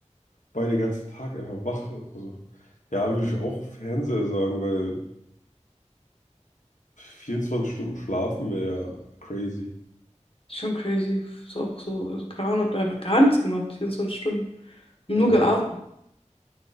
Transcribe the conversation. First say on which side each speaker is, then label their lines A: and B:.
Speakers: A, on the left; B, on the left.
A: bei der ganzen Tag einfach wach, also ja, würde ich auch Fernseher sagen, weil 24 Stunden schlafen wäre ja crazy.
B: Schon crazy. Ist auch so, also Clown hat mir einfach gar nichts gemacht, 24 Stunden. Nur
A: Ja,
B: geatmet.